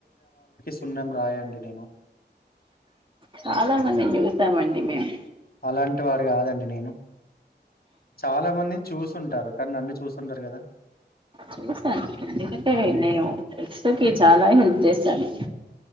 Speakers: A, on the left; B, on the right.
A: సున్నాం రాయా అండి నేను
B: చాలా మందిన్ చూసామండి మేమ్
A: అలాంటి వారు కాదండి నేను చాలా మందిన్ చూసుంటారు కనీ నన్ని చూసుండరు కదా
B: చూసాను ఎందుకంటే
A: హ్మ్.
B: నేను ఎక్స్ కి చాలా హెల్ప్ చేసాను